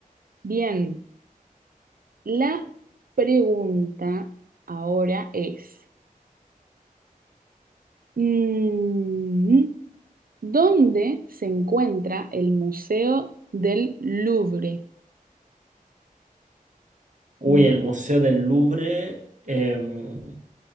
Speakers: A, on the right (about 80°); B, on the right (about 55°).
A: Bien, la pregunta ahora es, mm, ¿dónde se encuentra el Museo del Louvre?
B: Uy,
A: Mm,
B: el Museo del Louvre, em,